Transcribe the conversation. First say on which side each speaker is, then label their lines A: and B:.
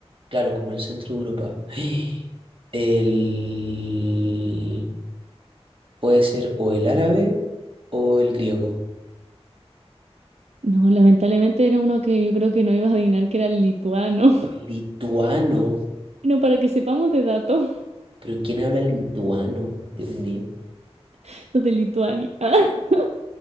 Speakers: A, on the right; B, on the right.
A: claro, como el centro de Europa. <gasps> El... Puede ser o el árabe o el griego.
B: No, lamentablemente era uno que yo creo que no ibas a adivinar que era el lituano. <laughs>
A: Lituano.
B: Bueno, para que sepamos de datos,
A: ¿Pero quién habla lituano? Dios mío.
B: <laughs> los de Lituania. <laughs>